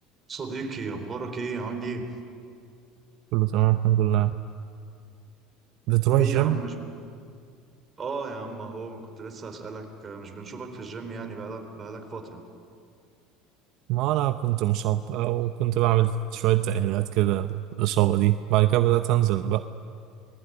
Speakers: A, on the right; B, on the right.
A: صديقي اخبارك ايه عامل ايه
B: كله تمام الحمد لله بتروح
A: ايه
B: الجيم؟
A: يا عم مش بت... اه يا عم اهو كنت لسه هسألك آه، مش بنشوفك في الجيم يعني بقالك بقالك فترة
B: ما أنا كنت مصاب وكنت بعمل شوية تأهيلات كده للإصابة دي بعد كده بدأت أنزل بقى